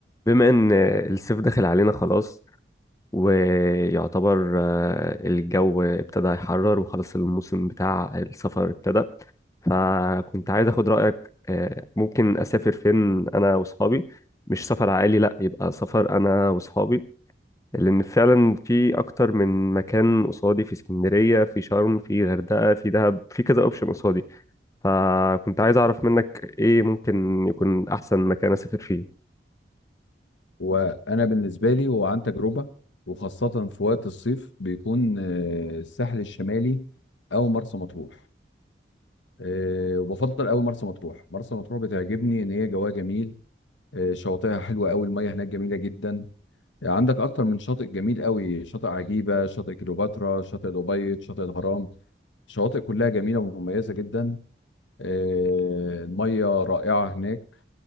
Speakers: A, on the left; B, on the left.
A: بما ان الصيف داخل علينا خلاص ويعتبر آه، الجو ابتدى يحرر وخلاص الموسم بتاع السفر ابتدى فكنت عايز اخد رأيك آه، ممكن اسافر فين انا واصحابي مش سفر عائلي لا يبقى سفر انا واصحابي لان فعلا في اكتر من مكان قصادي في اسكندرية في شرم في غردقة في دهب في كذا اوبشن قصادي فكنت عايز اعرف منك ايه ممكن يكون احسن مكان اسافر فيه
B: وانا بالنسبه لي هو عن تجربه وخاصه في وقت الصيف بيكون آه، الساحل الشمالي او مرسى مطروح آه، وبفضل قوي مرسى مطروح مرسى مطروح بتعجبني ان هي جواها جميل آه، شواطئها حلوه قوي الميه هناك جميله جدا آه، عندك اكتر من شاطئ جميل قوي شاطئ عجيبه شاطئ كليوباترا شاطئ الابيض شاطئ الغرام الشواطئ كلها جميله ومميزه جدا آه، الميه رائعه هناك